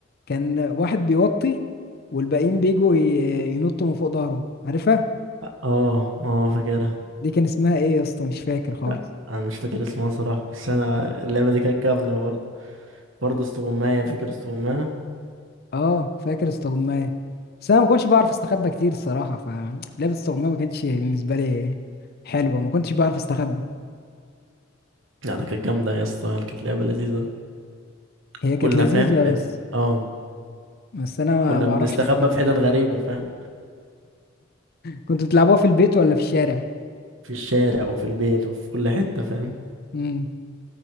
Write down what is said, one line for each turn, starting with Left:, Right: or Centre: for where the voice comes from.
Left: كان واحد بيوطي والباقيين بيجوا ي- ينطوا من فوق ظهره عارفها
Right: اه اه فاكرها
Left: دي كان اسمها ايه يا اسطى مش فاكر خالص
Right: لا انا مش فاكر اسمها صراحة بس انا اللعبة دي كانت جامدة برضه برضه استغماية فاكر استغماية
Left: اه فاكر استغماية بس انا ما كنتش بعرف استخبى كتير الصراحة فلعبة استغماية ما كانتش بالنسبة لي حلوة ما كنتش بعرف استخبى
Right: لا ده كانت جامدة يا اسطى كانت لعبة لذيذة
Left: هي
Right: كنا
Left: كانت لذيذة
Right: فاهم بن...
Left: بس
Right: اه
Left: بس انا ما
Right: كنا
Left: بعرفش
Right: بنستخبى
Left: استخبى
Right: في حتت غريبة فاهم
Left: كنتوا بتلعبوها في البيت ولا في الشارع
Right: في الشارع وفي البيت وفي كل حتة فاهم
Left: امم